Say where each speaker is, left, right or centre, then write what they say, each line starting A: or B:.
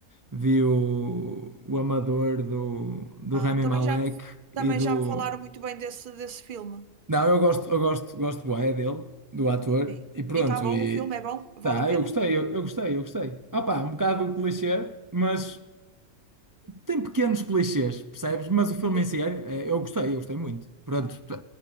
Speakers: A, on the right (about 30°); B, on the right (about 45°).
A: vi o, o Amador do, do
B: Ah,
A: Rami
B: também
A: Malek
B: já, me- também
A: e do.
B: já me falaram muito bem desse, desse filme.
A: Não, eu gosto, eu gosto, gosto bué dele, do ator,
B: Sim.
A: e pronto,
B: E está bom,
A: e
B: o filme é bom? Vale
A: tá,
B: a pena?
A: eu gostei, eu, eu gostei, eu gostei. Ah pá, um bocado clichê, mas tem pequenos clichês, percebes? Mas o filme
B: Sim.
A: em si, é, é- eu gostei, eu gostei muito. Pronto,
B: Ah,
A: t-